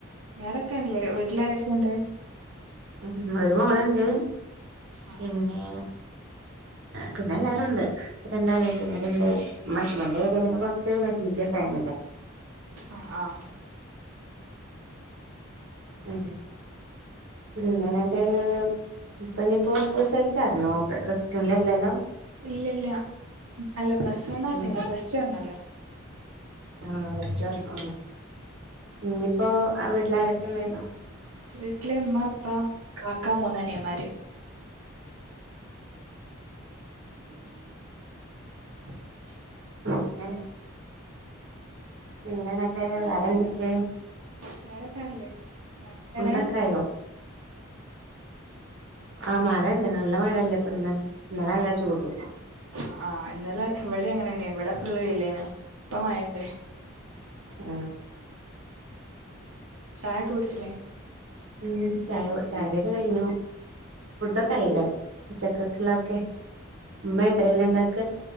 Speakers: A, on the right; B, on the right.
A: വേറെക്കെയാണല്ലേ വീട്ടിലാരൊക്കെയണ്ട്
B: ഉം ഒരു മോളണ്ട്
A: ആഹ്
B: പിന്നെ പിന്നെ എല്ലാരും ഉണ്ട് രണ്ട് അനിയത്തിമാരുണ്ട് മശുബന്റെ വിടവിനെ കുറച്ച് വലിയ ഇല്ല കാമല്ലാ
A: ആ ആ
B: ഉം ഉം <unintelligible> ഇപ്പൊ ഇനിയിപ്പോ റിസൾട്ട് അറിന്നോ പ്ലസ്ടുൻ്റെ അല്ലല്ലോ
A: ഇല്ല ഇല്ല അല്ല പ്ലസ് <unintelligible>
B: ഉം
A: പ്ലസ്ടു അറിണല്ലോ
B: ആഹ് പ്ലസ് ടു അറിഞ്ഞോ ആഹ് ഇനിയിപ്പോ വീട്ടിലാരൊക്കെന്തായി
A: വീട്ടില് ഉമ്മാ ഉപ്പ കാക്ക മൂന്ന് അനിയൻമാര്
B: <unintelligible> പിന്നനക്കെ വെറേ എന്തക്കെയാ
A: വേറെക്കാണല്ലേ മക്കടെ
B: ഫുഡൊക്കെ ആയോ ആ മഴ ഉണ്ട് നല്ല മഴല്ലേ ഇപ്പൊ ഇന്ന് ഇന്നലെ നല്ല ചൂടും
A: ആ ആ ഇന്നലെ ഇവിടെ അങ്ങനെന്നെയണ് ഇവിടെ ഫുള്ള് വെയിലെനോ ഇപ്പം മഴ ഇണ്ട്
B: ഉം
A: ചായക്കെ കുടിച്ചില്ലേ
B: ഉ ചായ ചായയുടിക്കെ കഴിഞ്ഞു ഫുഡൊക്കെ ആയില്ലേ ഉച്ചക്കക്കെള്ള ഒക്കെ ഉമ്മയ കറിയെല്ലാം ഉണ്ടാക്ക